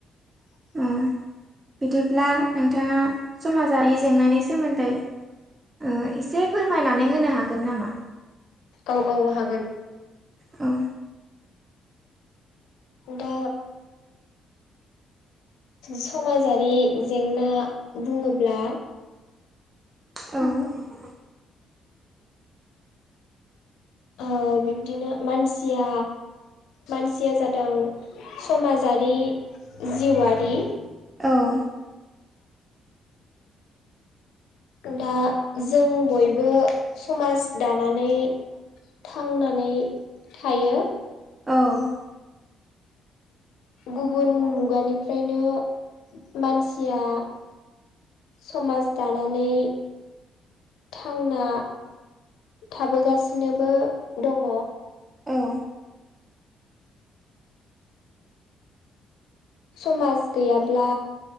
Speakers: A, on the left (about 85°); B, on the right (about 30°).
A: <inaudible>
B: अ बिदिब्ला नोंथाङा समाजारि जेंनानि सोमोन्दै ओ एसे फोरमायनानै होनो हागोन नामा?
A: औ औ हागोन
B: औ
A: दे समाजारि जेंना बुङोब्ला
B: ओं
A: ओ बिब्दिनो मानसिया मानसिया जादों समाजारि जिउआरि
B: औ
A: दा जों बयबो समाज दानानै थांनानै थायो।
B: औ
A: गुबुन मुगानिफ्रायनो मानसिया समाज दानानै थांना थाबोगासिनोबो दङ।
B: औ
A: समाज गैयाब्ला